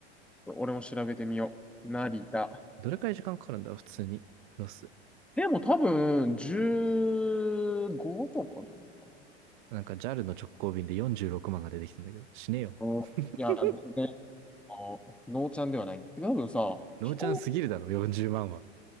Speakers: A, in the centre; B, on the right (about 50°).
A: 俺も調べてみよう。成田。
B: どれくらい時間かかるんだろう普通に。ロス。
A: でも多分、15とかじゃないか
B: なんか JAL の直行便で46万が出てきたんだけど、死ねよ。
A: な。うんいや、
B: <laughs>
A: 全然、あのノーチャンではない。多分さ、
B: ノーちゃんすぎるだろ、
A: 飛行、
B: 40万は。